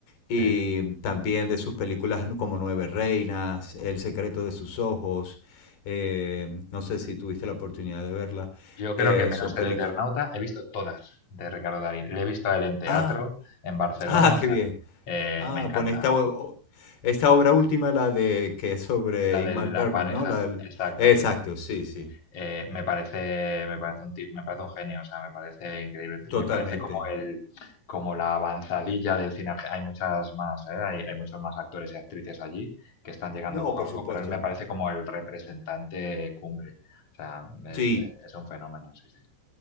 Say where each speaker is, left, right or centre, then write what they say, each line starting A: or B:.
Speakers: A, on the left; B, on the left.
A: y
B: Sí.
A: también de sus películas como Nueve Reinas, El secreto de sus ojos. eh, no sé si tuviste la oportunidad de verla.
B: Yo creo
A: Eh,
B: que menos
A: son películas.
B: el Eternauta he visto todas de Ricardo Darín. Le he visto a él en teatro,
A: Ah,
B: en Barcelona,
A: ah,
B: o
A: qué
B: sea,
A: bien.
B: eh,
A: Ah,
B: me encanta.
A: con esta,
B: me-
A: o- esta obra última, la de que es sobre
B: La
A: Ingmar
B: de
A: Bergman,
B: la pareja,
A: ¿no? La del-
B: exacto.
A: Exacto, sí, sí,
B: eh, me parece, me parece un tip- me parece un genio, o sea, me parece increíble. Y
A: totalmente.
B: me parece como el, como la avanzadilla del cine. arge- Hay muchas más, ¿eh? Hay, hay muchos más actores y actrices allí que están llegando
A: No,
B: poco
A: por
B: a poco,
A: supuesto.
B: pero él me parece como el representante cumbre. O sea, es,
A: Sí,
B: eh, es un fenómeno, sí, sí.